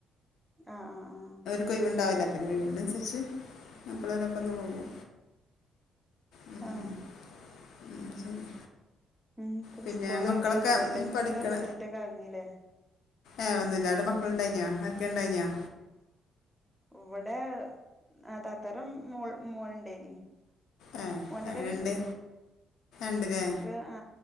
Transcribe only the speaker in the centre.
ആ ആ ആ
ആ
ഉം പ്പൊ
ന്ന് സ്കൂളില്
എന്താ എൽ
എസ്
എസിന്റെ റിസൾട്ടൊക്കെ അറിഞ്ഞിലേ?
ഇവിടെ ആ താത്താരം മോൾ മോനുണ്ടേയ്നി.
ഓനക്കത്
കിട്ടി
ഒനക്ക് ആ